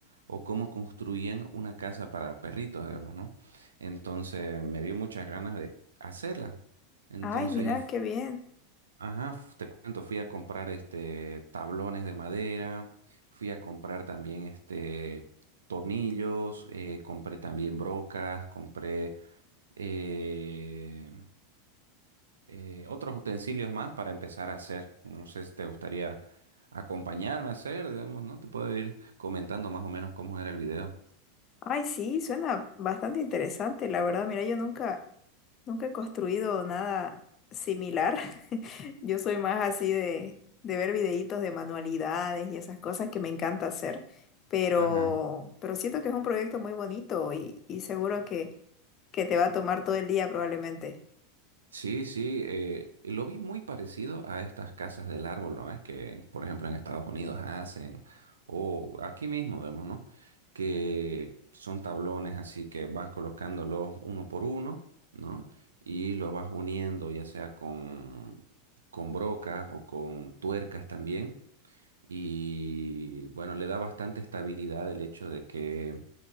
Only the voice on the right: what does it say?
o cómo construían una casa para perritos, digamos, ¿no? Entonces me dio muchas ganas de hacerla. Entonces,
y
Ajá, f- te cuento, fui a comprar este tablones de madera, fui a comprar también este tornillos, eh, compré también brocas, compré eh, eh, otros utensilios más para empezar a hacer. No sé si te gustaría acompañarme a hacer, digamos, ¿no? Te puedo ir comentando más o menos cómo era el video.
Ajá.
Sí, sí, eh, lo vi muy parecido a estas casas del árbol, ¿no? Es que, por ejemplo, en Estados Unidos hacen, o aquí mismo, vemos, ¿no? Que son tablones así que vas colocándolos uno por uno, ¿no? Y los vas uniendo, ya sea con, con brocas o con tuercas también. Y bueno, le da bastante estabilidad el hecho de que